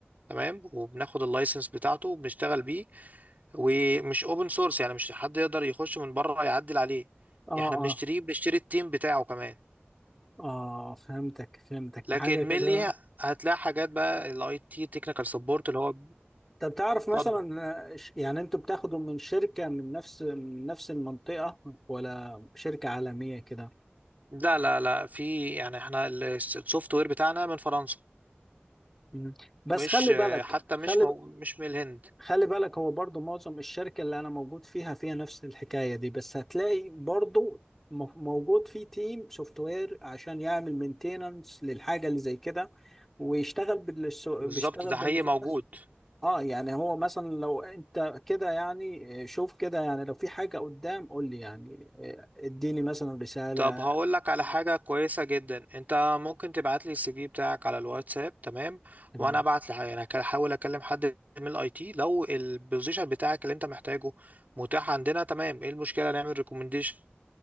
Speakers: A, on the right (about 45°); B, in the centre.
A: تمام وبناخد اللايسنس بتاعته وبنشتغل بيه ومش اوبن سورس يعني مش حد يقدر يخش من بره يعدل عليه
B: اه اه
A: احنا بنشتريه بنشتري التيم بتاعه كمان
B: اه فهمتك فهمتك
A: لكن
B: ده حاجة كده
A: مينلي هتلاقي حاجات بقى الاي تي تكنيكال سبورت اللي هو
B: طب تعرف
A: اتفضل
B: مثلا آه، ش- يعني انتوا بتاخدوا من شركة من نفس من نفس المنطقة ولا شركة عالمية كده
A: لا لا لا في يعني احنا ال- السوفت وير بتاعنا من فرنسا
B: مم. بس
A: مش
B: خلي بالك
A: حتى
B: خلي
A: مش مو
B: ب-
A: مش من الهند
B: خلي بالك هو برضو معظم الشركة اللي انا موجود فيها فيها نفس الحكاية دي بس هتلاقي برضو م- موجود في تيم سوفت وير عشان يعمل مينتيننس للحاجة اللي زي كده ويشتغل بالس- بيشتغل
A: بالظبط ده
B: بالنظام
A: حقيقي موجود
B: نفسه اه يعني هو مثلا لو انت كده يعني آه، شوف كده يعني لو في حاجة قدام قول لي يعني آه، اديني مثلا رسالة
A: طب هقول لك على حاجة كويسة جدا انت ممكن تبعت لي السي في بتاعك على الواتساب تمام
B: تمام
A: وانا ابعت لي يعني هحاول اكلم حد من الاي تي لو البوزيشن بتاعك اللي انت محتاجه متاح عندنا تمام ايه المشكلة نعمل ريكومنديشن